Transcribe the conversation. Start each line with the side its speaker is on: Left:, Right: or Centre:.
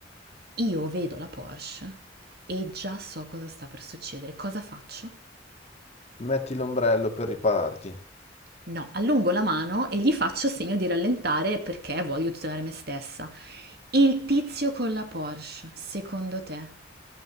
Right: io vedo la Porsche e già so cosa sta per succedere. Cosa faccio?
Left: Metti l'ombrello per ripararti.
Right: No, allungo la mano e gli faccio segno di rallentare perché voglio tutelare me stessa. Il tizio con la Porsche, secondo te,